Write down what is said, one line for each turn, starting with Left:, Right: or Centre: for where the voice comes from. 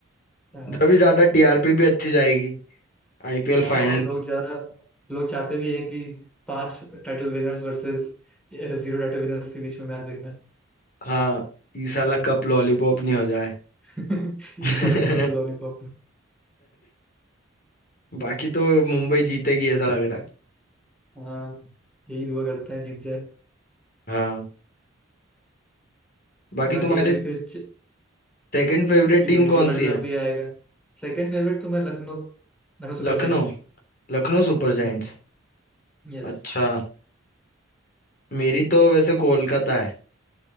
Centre: अ,
Left: जब ज्यादा टीआरपी भी अच्छी जाएगी आईपीएल
Centre: हाँ
Left: फाइनल
Centre: और लोग
Left: की
Centre: ज्यादा लोग चाहते भी हैं कि पांच title winners versus zero title winners के बीच में मैच देखना
Left: हाँ इस साला कप लॉलीपॉप नहीं हो जाए
Centre: <laughs>
Left: <laughs>
Centre: ये अलग कप लॉलीपॉप
Left: बाकी तो मुंबई जीतेगी ऐसा लग रहा है
Centre: हाँ यही दुआ करता है जीत जाए
Left: हाँ बाकी
Centre: बाकी
Left: तुम्हारी
Centre: अभी फिर
Left: सेकंड फेवरेट
Centre: टी
Left: टीम
Centre: ट्वेंटी
Left: कौन
Centre: वर्ल्ड
Left: सी
Centre: कप
Left: है
Centre: भी आएगा सेकंड फेवरेट तो मैं लखनऊ लखनऊ सुपर
Left: Lucknow
Centre: जायंट्स
Left: Lucknow Super Giants
Centre: हम्म यस
Left: अच्छा मेरी तो वैसे कोलकाता है